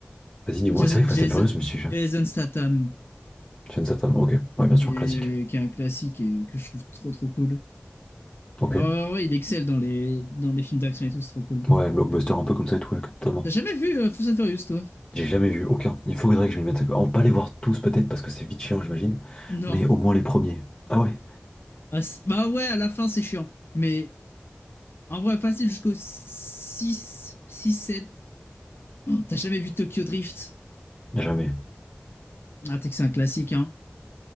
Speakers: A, on the left; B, on the left.
A: Vas-y, dis-moi.
B: Jason,
A: C'est vrai que
B: Jason-
A: Fast and Furious, je me suis.
B: Jason Statham,
A: Jason Statham, ok. Ouais, bien sûr,
B: qui est,
A: classique.
B: qui est un classique et que je trouve trop trop cool.
A: Ok.
B: Bah ouais, ouais, ouais, il excelle dans les, dans les films d'action et tout, c'est trop cool.
A: Ouais, blockbuster un peu comme ça et tout, ouais, totalement.
B: T'as jamais vu euh, Fast and Furious, toi?
A: J'ai jamais vu aucun. Il faudrait que je m'y mette. On pas les voir tous peut-être parce que c'est vite chiant, j'imagine.
B: Non.
A: Mais au moins les premiers. Ah ouais,
B: Ah, c- bah ouais, à la fin, c'est chiant. Mais en vrai, facile jusqu'au six six 7. T'as jamais vu Tokyo Drift?
A: jamais.
B: Ah, t'es que c'est un classique, hein.